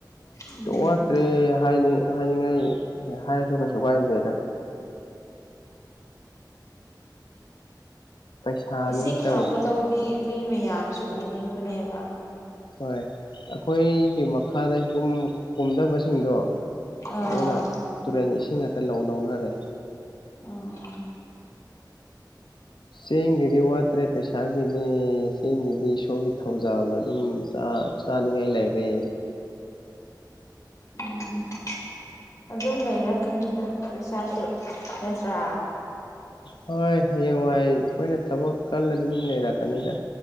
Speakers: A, on the left (about 45°); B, on the left (about 85°).
A: ꯎꯝ
B: ꯋꯥꯠꯇ꯭ꯔꯦ ꯍꯥꯏ ꯍꯥꯏꯅꯤꯡꯉꯥꯏ ꯑꯦ ꯍꯥꯏꯔꯁꯨ ꯀꯩꯁꯨ ꯀꯥꯏꯗꯦꯗ ꯄꯩꯁꯥꯅꯤꯅꯦ
A: ꯏꯁꯤꯡ
B: ꯇꯧꯔꯤꯁꯦ
A: ꯐꯕ ꯂꯧꯗꯤ ꯃꯤ ꯃꯌꯥꯝꯁꯨ ꯎꯅꯤꯡꯕꯅꯦꯕ
B: ꯍꯣꯏ ꯑꯩꯈꯣꯏꯒꯤ ꯃꯈꯥꯗ ꯁꯤꯒꯨꯝ ꯀꯨꯝꯗꯕꯁꯤꯡꯗꯣ
A: ꯑꯥ
B: ꯑꯗꯨꯅ ꯇꯨꯔꯦꯟ ꯏꯁꯤꯡ ꯉꯥꯛꯇ ꯂꯧ ꯂꯧꯅꯔꯦ
A: ꯑꯣ
B: ꯆꯦꯡꯒꯤꯗꯤ ꯋꯥꯠꯇ꯭ꯔꯦ ꯄꯩꯁꯥꯒꯤꯅꯦ ꯆꯦꯡꯒꯤꯗꯤ ꯏꯁꯣꯔꯒꯤ ꯊꯧꯖꯥꯜꯅ ꯑꯗꯨꯝ ꯆꯥ ꯆꯥꯅꯤꯡꯉꯥꯏ ꯂꯩꯔꯦ
A: ꯎꯝ ꯑꯗꯨꯝ ꯂꯩꯔꯛꯀꯅꯤꯗ ꯄꯩꯁꯥꯁꯨ ꯅꯠꯇ꯭ꯔꯥ
B: ꯍꯣꯏ ꯍꯌꯦꯡ ꯋꯥꯏ ꯑꯩꯈꯣꯏꯅ ꯊꯕꯛ ꯀꯜꯂꯗꯤ ꯑꯗꯨꯝ ꯂꯩꯔꯛꯀꯅꯤꯗ